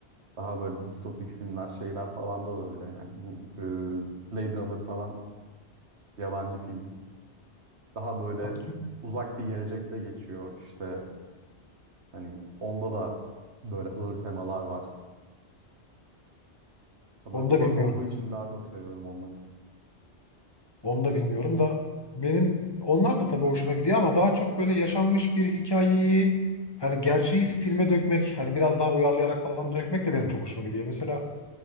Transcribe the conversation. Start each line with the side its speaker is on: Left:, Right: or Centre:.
Right: daha böyle distopik filmler, şeyler falan da da öyle yani. Bu e, Blade Runner falan yabancı film. Daha böyle
Left: hakim
Right: uzak bir gelecekte geçiyor işte. Hani onda da böyle ağır temalar var. Ha,
Left: onu
Right: Böyle uzak
Left: da bilmiyorum.
Right: olduğu için daha çok seviyorum onları.
Left: Onu da bilmiyorum da benim onlar da tabii hoşuma gidiyor ama daha çok böyle yaşanmış bir hikayeyi hani gerçeği filme dökmek hani biraz daha uyarlayarak falan dökmek de benim çok hoşuma gidiyor. Mesela